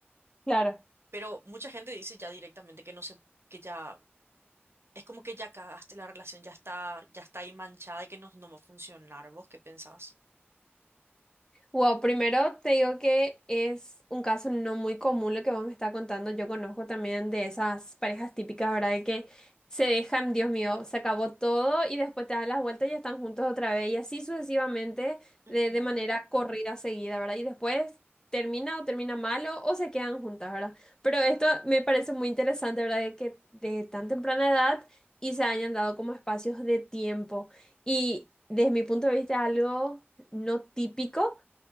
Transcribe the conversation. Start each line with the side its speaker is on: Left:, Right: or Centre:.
Left: Claro,
Right: pero mucha gente dice ya directamente que no sé, que ya, es como que ya cagaste la relación, ya está, ya está ahí manchada y que no, no va a funcionar, ¿vos qué pensás?
Left: Wow, primero te digo que es un caso no muy común lo que vos me estás contando. Yo conozco también de esas parejas típicas, ¿verdad? De que se dejan, Dios mío, se acabó todo y después te dan las vueltas y ya están juntos otra vez y así sucesivamente
Right: Ujú,
Left: de, de manera corrida, seguida, ¿verdad? Y después termina o termina malo o se quedan juntas, ¿verdad? Pero esto me parece muy interesante, ¿verdad? De que de tan temprana edad y se hayan dado como espacios de tiempo. Y desde mi punto de vista, algo no típico.